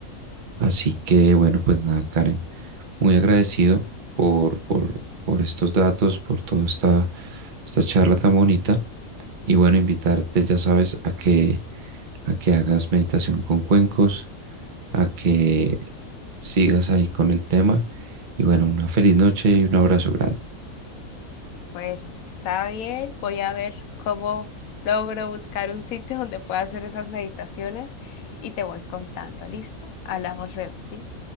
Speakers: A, on the right; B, on the left.
A: Así que bueno, pues nada, Karen, muy agradecido por, por, por estos datos, por toda esta, esta charla tan bonita. Y bueno, invitarte, ya sabes, a que, a que hagas meditación con cuencos, a que sigas ahí con el tema. Y bueno, una feliz noche y un abrazo grande.
B: Bueno, está bien. Voy a ver cómo logro buscar un sitio donde pueda hacer esas meditaciones y te voy contando. ¿Listo? Hablamos luego, ¿sí?